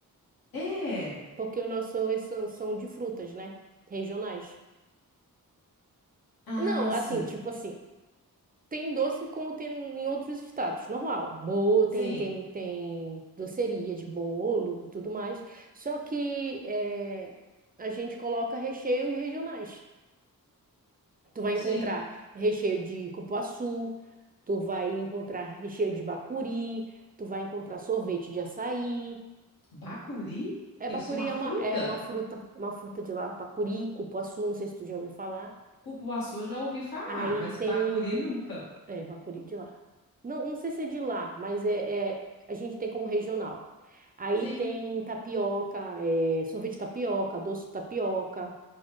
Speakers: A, on the left; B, on the right.
A: É.
B: porque os nossos sorvetes são, são de frutas, né? Regionais.
A: Ah,
B: Não, assim,
A: sim.
B: tipo assim, tem doce como tem em outros estados, normal. Bolo, tem,
A: Sim.
B: tem, tem doceria de bolo, e tudo mais. Só que é, a gente coloca recheios regionais. Tu vai encontrar
A: Sim.
B: recheio de cupuaçu, tu vai encontrar recheio de bacuri, tu vai encontrar sorvete de açaí.
A: Bacuri?
B: É, bacuri
A: Eu sou uma
B: é
A: fruta?
B: uma, é uma fruta, uma fruta de lá. Bacuri, cupuaçu, não sei se tu já ouviu falar.
A: Cupuaçu eu já ouvi falar,
B: Aí
A: mas
B: tem...
A: bacuri nunca.
B: É, bacuri de lá. Não, não sei se é de lá, mas é, é- a gente tem como regional. Aí
A: Sim,
B: tem tapioca, é, sorvete de tapioca, doce de tapioca.